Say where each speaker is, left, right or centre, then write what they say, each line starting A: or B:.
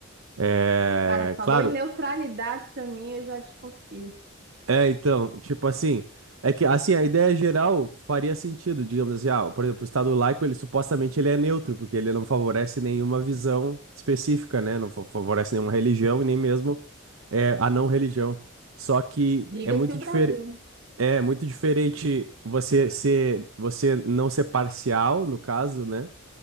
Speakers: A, on the right; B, on the right.
A: É,
B: Cara, falou
A: claro,
B: em neutralidade pra mim, eu já desconfio.
A: É, então, tipo assim, é que assim, a ideia geral faria sentido, digamos assim, ah, por exemplo, o Estado laico, ele supostamente ele é neutro, porque ele não favorece nenhuma visão específica, né? Não fa- favorece nenhuma religião e nem mesmo é, a não religião. Só que
B: Diga-se
A: é muito
B: o
A: diferente,
B: Brasil, né?
A: é muito diferente você ser, você não ser parcial, no caso, né?